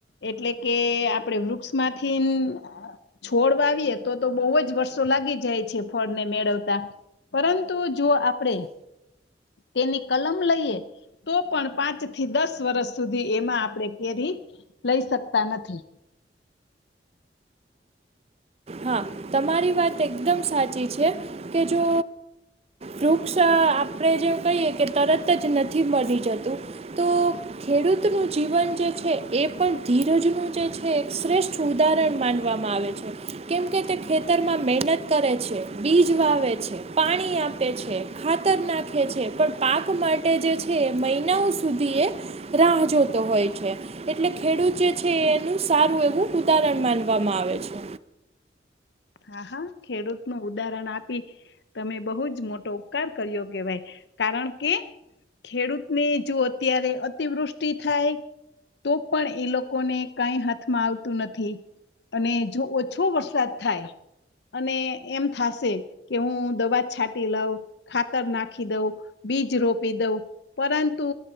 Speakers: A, on the left (about 65°); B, on the right (about 35°).
A: એટલે કે આપણે વૃક્ષમાંથી છોડ વાવીએ તો તો બહુ જ વર્ષો લાગી જાય છે ફળને મેળવતા, પરંતુ જો આપડે, તેની કલમ લઈએ તો પણ પાંચ થી દસ વર્ષ સુધી એમાં આપણે કેરી લઈ શકતા નથી.
B: હા તમારી વાત એકદમ સાચી છે, કે જો વૃક્ષ આપણેે જેવું કહીએ કે તરત જ નથી મળી જતું.
A: <inaudible>
B: તો ખેડૂતનું જીવન જે છે, એ પણ ધીરજનું જે છે એક શ્રેષ્ઠ ઉદાહરણ માનવામાં આવે છે. કેમકે તે ખેતરમાં મહેનત કરે છે, બીજ વાવે છે, પાણી આપે છે. ખાતર નાખે છે પણ પાક માટે જે છે, એ મહિનાઓ સુધી એ રાહ જોતો હોય છે. એટલે ખેડૂત જે છ, એનું સારું એવું ઉદાહરણ માનવામાં આવે છે.
A: હા હા ખેડૂત નું ઉદાહરણ આપી તમે બહુજ મોટો ઉપકાર કર્યો કેવાય, કારણ કે ખેડૂતને જો અત્યારે અતિવૃષ્ટિ થાય તો પણ એ લોકોને કાંઈ હાથમાં આવતું નથી. અને જો ઓછો વરસાદ થાય અને એમ થશે કે, હું દવા છાંટી લઉ ખાતર નાખી દઉં, બીજ રોપી દઉં પરંતુ,